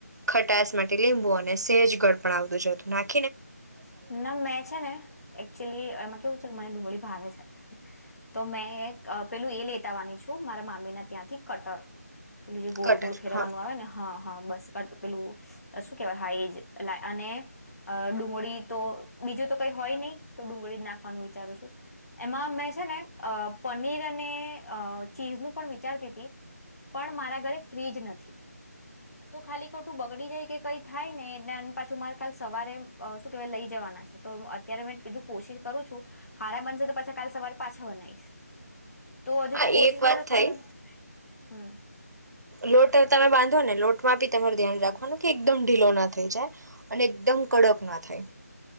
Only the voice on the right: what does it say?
ખટાસ માટે લીંબુ, અને સેજ ગઢ પણ આવતું જતું નાખ
કટર
હા
હા
એ એક વાત
થઈ
લોટ તમે બાંધો ને, લોટ માટે તમારે ધ્યાન
રાખવાનું કે, એકદમ ઢીલો ના થઈ જાય અને એકદમ કડક ના થાય.